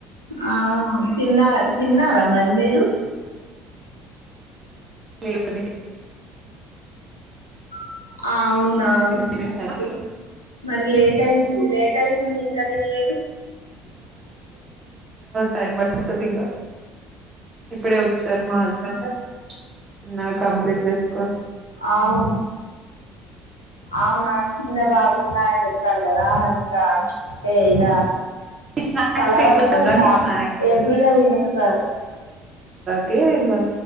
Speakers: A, on the left; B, on the right.
A: ఆ తిన్న తిన్నారా మరి మీరు
B: లే <unintelligible>
A: ఆప అవునా
B: తినేసారా
A: ఓకే మరి లేట్ అయింది లేట్ ఎట్ అవుతుంది ఇంకా తినలేదు
B: టైమ్పడ్టది పడుతది ఇంకా ఇప్పుడే వచ్చారు మా హస్బెండ్ చిన్నగ కంప్లీట్ చేసి
A: ఆవు అవునా చిన్న బాబు ఉన్నారు అనిచెప్ కదా ఇంకా అంటే ఇగ
B: స్నాక్స్
A: చాలా
B: తిన్నా
A: వరకు
B: ఇందాకే
A: మ
B: స్నాక్స్
A: ఎర్లీగా తనిస్తారు
B: కే ఇగ